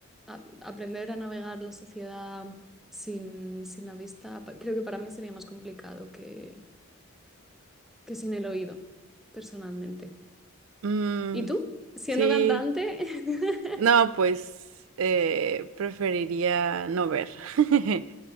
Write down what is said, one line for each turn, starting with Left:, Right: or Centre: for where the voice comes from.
Centre: a- aprender a navegar la sociedad sin, sin la vista, pa- creo que para mí sería más complicado que, que sin el oído, personalmente.
Right: Mm,
Centre: ¿Y tú? Siendo
Right: sí,
Centre: cantante, <laughs>
Right: No, pues eh, preferiría no ver. <laughs>